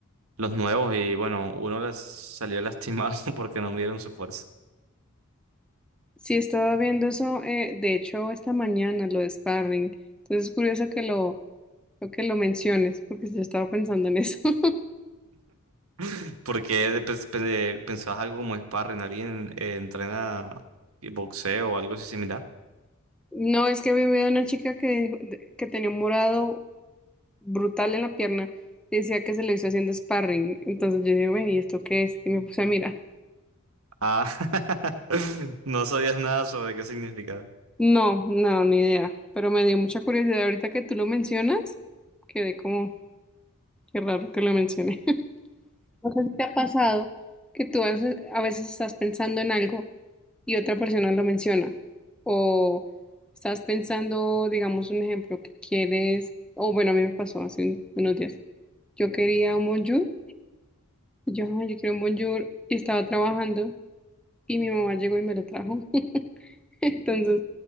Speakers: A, on the right; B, in the centre.
A: los nuevos y bueno, uno les salió lastimado <laughs> porque no midieron su fuerza.
B: Sí, estaba viendo eso, eh, de hecho, esta mañana, lo de sparring. Entonces es curioso que lo, lo que lo menciones, porque yo estaba pensando en eso. <laughs>
A: <laughs> Porque pensabas algo como sparring, alguien eh, entrena boxeo o algo así similar.
B: No, es que había vivido una chica que, dijo- de- que tenía un morado brutal en la pierna y decía que se lo hizo haciendo sparring. Entonces yo dije, güey, ¿y esto qué es? Y me puse a mirar.
A: Ah, <laughs> no sabías nada sobre qué significaba.
B: No, no, ni idea. Pero me dio mucha curiosidad ahorita que tú lo mencionas. Quedé como, qué raro que lo mencioné. <laughs> No sé si te ha pasado que tú a veces a veces estás pensando en algo. y otra persona lo menciona. O estás pensando, digamos, un ejemplo que quieres, o bueno, a mí me pasó hace un- unos días. Yo quería un bonjour, y yo, "Ay, yo quiero un bonjour, y estaba trabajando, y mi mamá llegó y me lo trajo. <laughs> Entonces,